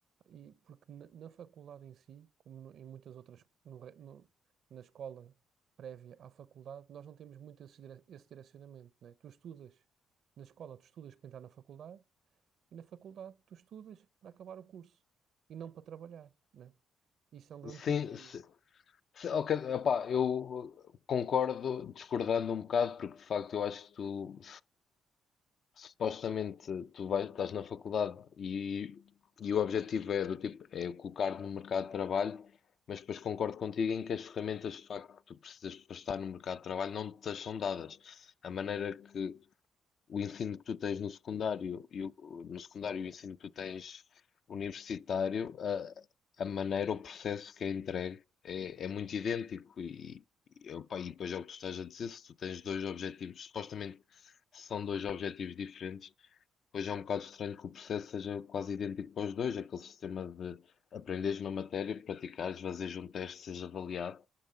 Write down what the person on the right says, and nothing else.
e porque na, na faculdade em si, como no- em muitas outras, no re- no- na escola prévia à faculdade, nós não temos muito esse, dire- esse direcionamento, né? Tu estudas na escola, tu estudas para entrar na faculdade e na faculdade tu estudas para acabar o curso e não para trabalhar, né? Isso é um grande problema.